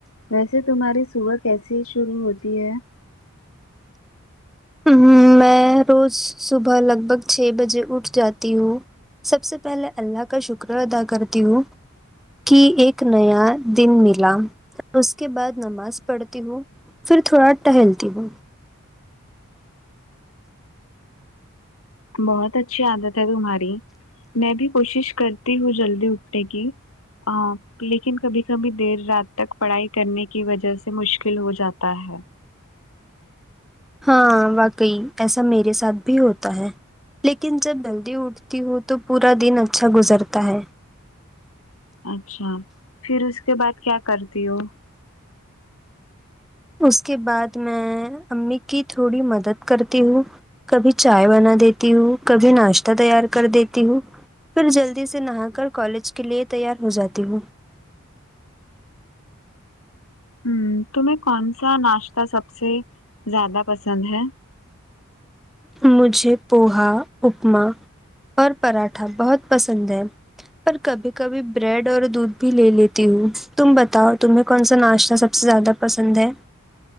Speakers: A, on the left; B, in the centre.
A: ویسے تمہاری صبح کیسی شروع ہوتی ہے
B: ہم میں میں روز صبح لگ بھگ چھ بجے اٹھ جاتی ہوں سب سے پہلے اللہ کا کا شکر ادا کرتی ہوں کی ایک نیا دن ملا اس کے بعد نماز پڑھتی ہوں پھر تھوڑا ٹہلتی ہوں
A: بہت اچھی عادت ہے تمہاری میں بھی کوشش کرتی ہوں جلدی اٹھنے کی لیکن کبھی کبھی دیر رات تک پڑھائی کرنے کی وجہ سے مشکل ہو جاتا ہے
B: ہاں واقعی ایسا میرے ساتھ بھی ہوتا ہے لیکن جب جلدی اٹھتی ہو تو پورا دن اچھا گزرتا ہے
A: اچھا پھر اس کے بعد کیا کرتی ہو
B: اس کے بعد میں امی کی تھوڑی مدد کرتی ہوں کبھی چائے بنا دیتی ہوں کبھی ناشتہ تیار کر دیتی ہوں پھر جلدی سے نہا کر کالج کے لیے تیار ہو جاتی ہوں
A: ہ تمہیں کون سا ناشتہ سب سے زیادہ پسند ہے
B: مجھے پوہا اپما اور پراٹھا بہت پسند ہے پر کبھی کبھی بریڈ اور دودھ بھی لے لیتی ہوں تم بتاؤ تمہیں کون سا ناشتہ سب سے زیادہ پسند ہے